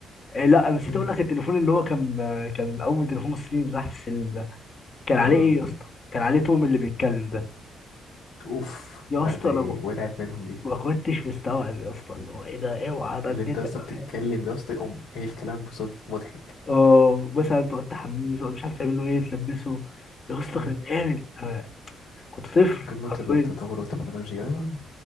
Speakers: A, on the left; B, on the left.
A: إيه لا انا نسيت
B: مم.
A: اقول لك التليفون اللي هو كان كان اول تليفون مصري اللي تحت السلم ده كان عليه
B: اه
A: ايه يا اسطى كان عليه توم اللي بيتكلم ده
B: أوف
A: يا
B: لا
A: اسطى
B: ده إيه،
A: انا ما
B: وقعت منهم دي
A: ما كنتش مستوعب يا اسطى اللي هو ايه ده اوعى ده
B: اللي
A: الدنيا
B: انت يا اسطى بتتكلم
A: كمان
B: يا اسطى يقوم قايل كلامك بصوت مضحك
A: اه مثلا تقعد تحميه تقعد مش عارف تعمل له ايه تلبسه يا اسطى
B: مم.
A: كان جامد انا كنت طفل
B: قمة
A: حرفيا
B: التطور والتكنولوجيا